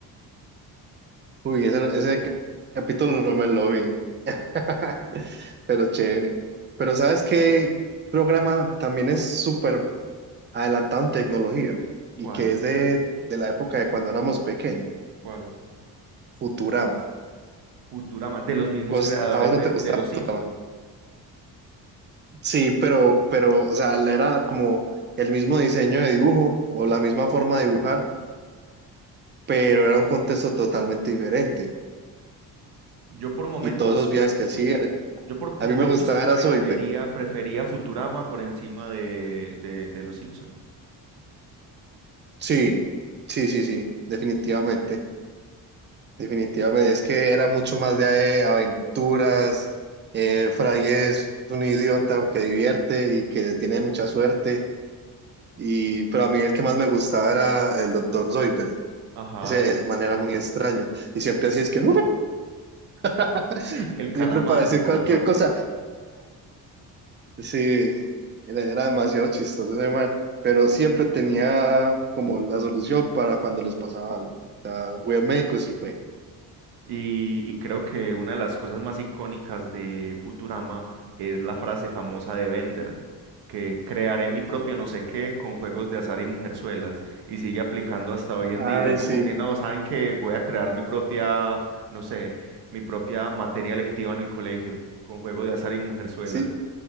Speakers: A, on the right (about 30°); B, on the right (about 60°).
A: Uy, ese, no- ese ca- capítulo no me lo vi. <laughs> Pero chévere. Pero ¿sabes qué programa también es súper adelantado en tecnología
B: ¿Cuál?
A: y que es de, de la época de cuando éramos pequeños,
B: ¿Cuál?
A: Futurama.
B: Futurama, de los mismos
A: ¿Vos,
B: creadores
A: a vos no
B: de,
A: te gustaba
B: de Los Simpson.
A: Futurama? Sí, pero, pero, o sea, la- era la- como el mismo diseño de dibujo o la misma forma de dibujar, pero era un contexto totalmente diferente.
B: Yo por momentos,
A: Y todos esos viajes que hacía,
B: yo por
A: a
B: momentos
A: mí me gustaba era
B: prefería,
A: Soyber.
B: prefería Futurama por encima de, de, de Los Simpson.
A: Sí, sí, sí, sí, definitivamente. Definitivamente, es que era mucho más de eh, aventuras. Eh, Fry es un idiota que divierte y que tiene mucha suerte. Y, pero a mí el que más me gustaba era el doctor Zoidberg.
B: Ajá,
A: Ese, ese man era muy extraño. Y siempre así es que <laughs>
B: el calamar,
A: siempre para decir
B: el calamar.
A: cualquier cosa. Sí, era, era demasiado chistoso ese man. Pero siempre tenía como la solución para cuando les pasaba algo. O sea, voy a médico, sí fue.
B: Y, y creo que una de las cosas más icónicas de Futurama es la frase famosa de Bender, que crearé mi propio no sé qué con juegos de azar y mujerzuelas, y sigue aplicando hasta hoy en
A: Ay,
B: día, como
A: sí.
B: que no, saben que voy a crear mi propia, no sé, mi propia materia lectiva en el colegio, con juego de azar y mujerzuelas.
A: Sí,